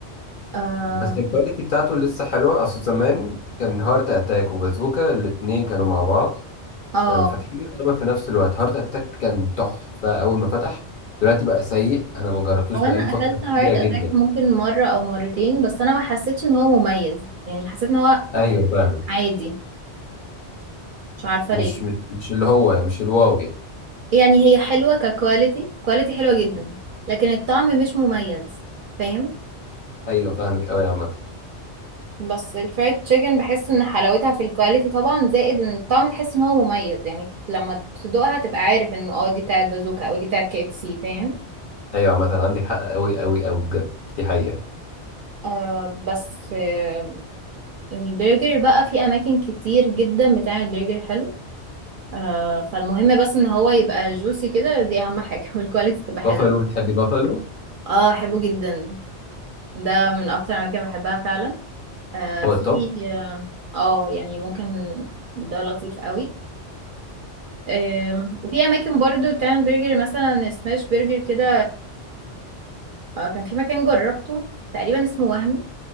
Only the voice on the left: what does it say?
بس الكواليتي بتاعته لسه حلوة اصل زمان كان هارت اتاك وبازوكا الاتنين كانوا مع بعض
كانوا فاتحين يعتبر في نفس الوقت هارت اتاك كان تحفة اول ما فتح دلوقتي بقى سيء انا ما جربتوش
بقالي
فترة
كبيرة جدا
ايوه فاهمك
مش
مش مش اللي هو يعني مش الواو يعني
ايوه فاهمك قوي يا عامه
ايوه عامه عندك حق قوي قوي قوي بجد دي حقيقه
بافالو بتحبي بافالو
هو
التوب